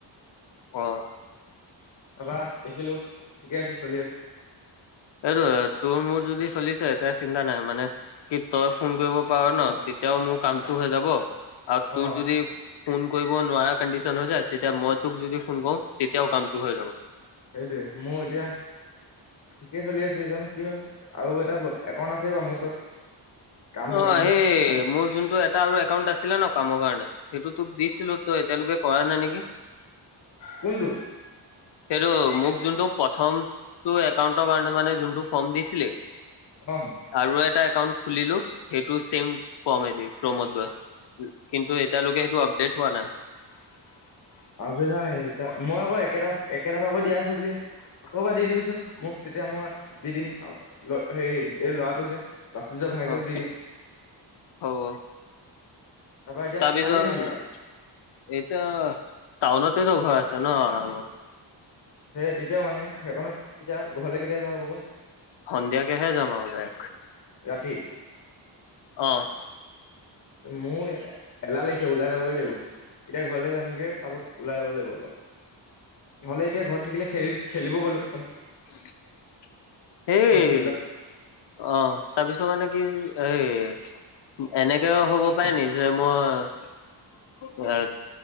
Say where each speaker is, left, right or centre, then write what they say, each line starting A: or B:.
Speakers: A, on the left; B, on the left.
A: তাৰপা
B: অ'।
A: দেখিলোঁ ঠিকে আছে চলি।
B: এইটোৱে তোৰ মোৰ যদি চলিচে তে চিন্তা নাই মানে। কি তই ফোন কৰিব পাৰ ন, তেতিয়াও মোৰ কামতটো হৈ যাব আৰু
A: অ
B: তোৰ যদি ফোন। কৰিব নোৱাৰা কণ্ডিচন হৈ যায়, তেতিয়া মই তোক যদি ফোন কৰো তেতিয়াও কামটো হৈ যাব।
A: সেইটোৱে মোৰ এতিয়া। ঠিকেই চলি আছে জানো কি হয়, আৰু এটা একাউণ্ট আছে বাৰু মোৰ ওচৰত। কামটোৰ
B: অ',
A: কাৰণে
B: সেই মোৰ যোনটো এটা আৰু একাউন্ট আছিলে ন কামৰ কাৰণে। সেইটো তোক দিছিলোঁ তো এতিয়ালৈকে কৰা নাই নেকি?
A: কোনটো
B: সেইটো মোক যোনটো প্ৰথমটো একাউণ্টৰ কাৰণে মানে যোনটো ফৰ্ম দিছিলি।
A: অ
B: আৰু এটা। একাউণ্ট খুলিলোঁ সেইটো চেম কম এদি ক্ৰমত গৈ উ কিন্তু এতিয়ালৈকে সেইটো আপডেট হোৱা নাই।
A: <unintelligible> মই আকৌ একেটা, একেটা আকৌ দিয় হৈছে বুলিহে। আকৌ এবাৰ দি দিবিচোন মোক তেতিয়া মই দি দিম হেৰি এই লৰাটো যে। প্ৰাচুৰ্য্যৰ ভাইয়েকক
B: অ
A: দি দিম।
B: হব।
A: তাৰপা এতিয়া
B: তাৰ
A: কিমান
B: পিছত
A: দেৰি থাকিবি তাত
B: এইতা টাউনতেতো ঘৰ আছে ন আৰামত।
A: সেই তেতিয়াও মানে সেইখনত এতিয়া ঘৰলৈ কেইতিয়া যোৱা হ'ব বা?
B: সন্ধিয়াকেহে যাম আৰু তাইক
A: ৰাতি
B: অ'।
A: মোৰ এলাহ লাগিছে ওলাই যাবগে এতিয়া ঘৰলে যামগে তাৰপিছত ওলাই যাব লাগিব অলপ। নহ'লে এতিয়া ঘৰত থাকিলে খেলি-খেলিব গ'লোঁ হয়।
B: <unintelligible> এই
A: ফিল্ডত
B: অ', তাৰপিছত মানে কি এ এনেকেও হ'ব পাৰে নিজে মই এ।